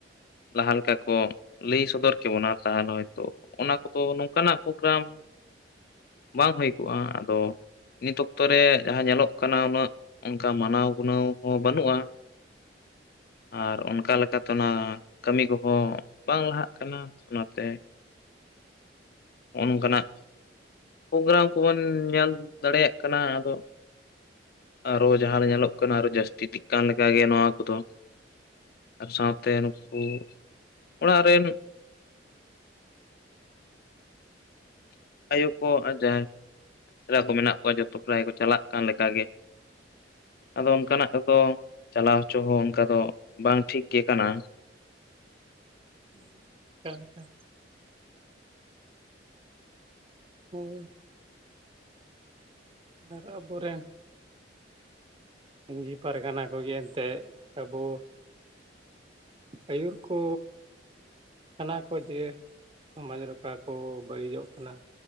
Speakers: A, on the left (about 55°); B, on the right (about 30°).
A: ᱞᱟᱦᱟ ᱞᱮᱠᱟ ᱠᱚ ᱞᱟᱹᱭ ᱥᱚᱫᱚᱨ ᱠᱮ ᱵᱚᱱᱟ ᱛᱟᱦᱚᱞᱮ ᱦᱚᱭᱛᱚ ᱚᱱᱟ ᱠᱚᱫᱚ ᱱᱚᱝᱠᱟᱱᱟᱜ ᱯᱨᱳᱜᱨᱟᱢ ᱵᱟᱝ ᱦᱩᱭ ᱠᱚᱜᱼᱟ ᱟᱫᱚ ᱱᱤᱛ ᱚᱠᱛᱚ ᱨᱮ ᱡᱟᱦᱟᱸ ᱧᱮᱞᱚᱜ ᱠᱟᱱᱟ ᱩᱱᱟᱹᱜ ᱚᱱᱠᱟ ᱢᱟᱱᱟᱣ ᱜᱩᱱᱟᱹᱣ ᱦᱚᱸ ᱵᱟᱹᱱᱩᱜᱼᱟ ᱟᱨ ᱚᱱᱠᱟ ᱞᱮᱠᱟᱛᱮ ᱚᱱᱟ ᱠᱟᱹᱢᱤ ᱠᱚᱦᱚᱸ ᱵᱟᱝ ᱞᱟᱦᱟᱜ ᱠᱟᱱᱟ ᱚᱱᱟᱛᱮ ᱱᱚᱝᱠᱟᱱᱟᱜ ᱯᱳᱜᱨᱟᱢ ᱠᱚᱵᱚᱱ ᱧᱮᱞ ᱫᱟᱲᱮᱭᱟᱜ ᱠᱟᱱᱟ ᱟᱫᱚ ᱟᱨᱚ ᱡᱟᱦᱟᱸ ᱧᱮᱞᱚᱜ ᱠᱟᱱᱟ ᱟᱨᱚ ᱡᱟᱹᱥᱛᱤ ᱤᱫᱤ ᱠᱟᱱ ᱞᱮᱠᱟᱜᱮ ᱱᱚᱣᱟ ᱠᱚᱫᱚ ᱟᱨ ᱥᱟᱶᱛᱮ ᱱᱩᱠᱩ ᱚᱲᱟᱜ ᱨᱮᱱ ᱟᱭᱳ ᱠᱚ ᱟᱨ ᱡᱟᱦᱟᱭ ᱨᱟ ᱠᱚ ᱢᱮᱱᱟᱜ ᱠᱚᱣᱟ ᱡᱚᱛᱚ ᱯᱨᱟᱭ ᱠᱚ ᱪᱟᱞᱟᱜ ᱠᱟᱱ ᱞᱮᱠᱟᱜ ᱜᱮ ᱟᱫᱚ ᱚᱱᱠᱟᱱᱟᱜ ᱫᱚ ᱪᱟᱞᱟᱣ ᱦᱚᱪᱚ ᱦᱚᱸ ᱚᱱᱠᱟ ᱫᱚ ᱵᱟᱝ ᱴᱷᱤᱠ ᱜᱮ ᱠᱟᱱᱟ
B: ᱦᱮᱸ ᱠᱟᱱ ᱦᱟ ᱦᱳᱭ ᱟᱨᱚ ᱯᱚᱨᱮ ᱢᱟᱹᱡᱷᱤ ᱯᱟᱨᱜᱟᱱᱟ ᱠᱚᱜᱮ ᱮᱱᱛᱮ ᱟᱵᱚ ᱟᱹᱭᱩ ᱠᱩ ᱠᱟᱱᱟ ᱠᱚ ᱡᱮ ᱥᱚᱢᱟᱡ ᱨᱮ ᱠᱟᱜ ᱠᱚ ᱵᱟᱹᱲᱤᱡᱚᱜ ᱠᱟᱱᱟ